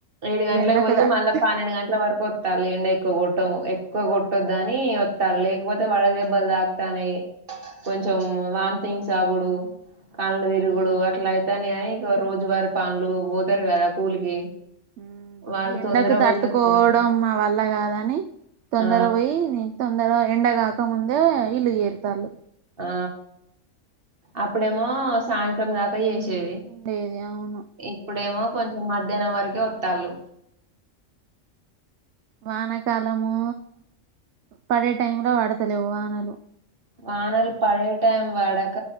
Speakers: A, on the right (about 45°); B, on the right (about 70°).
A: ఏడు గంటలకు
B: ఈ ఎండకు
A: పోయి
B: తటు
A: మళ్ళా పన్నెండు గంటల వరకు వత్తాల్లు ఇగా ఎండ ఎక్కువ కొట్టం ఎక్కువ కొట్టొద్దని వత్తాలు లేకపోతే వడ దెబ్బలు తాకుతానయి. కొంచం వాంతింగ్స్ అవుడు కళ్ళు తిరుగుడు
B: ఈ
A: అట్లా అయితానయి అని రోజువారి పనులకు పోతరు కదా కూలికి
B: హ్మ్
A: వాళ్ళు
B: ఇ ఎండకు
A: తొందర
B: తట్టుకోవడం
A: పోయి వత్తాలు
B: మా వల్ల కాదని తొందర
A: ఆ
B: పోయి నేను తొ అందరు ఎండగాక ముందే ఇళ్లు చేరుర్తాలు
A: ఆ అప్పుడేమో సాయంత్రం దాకా చేేసి చె
B: ఉండేది అవును
A: ఇప్పుడేమో కొంచెం మధ్యాహ్నం వరకే వత్తాలు
B: వానకాలము పడే టైం లో పడతలేవు వానలు
A: వానలు పడే టైం పడక